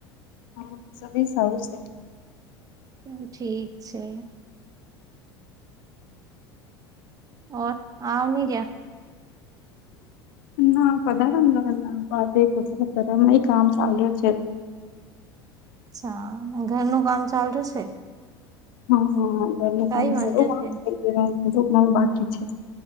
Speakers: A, on the left; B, on the right.
A: હા સ સારું છે
B: તો ઠીક છે ઓર હા ન રહ
A: ના કધા રંગ બધે કસ કર મા કામ ચાલુ છે
B: અ્છા ઘરનું કામ ચાલુ છે
A: હા હા ઘરને
B: કઈ
A: કામ
B: વાંધો છે
A: કરો કરો બાકી છે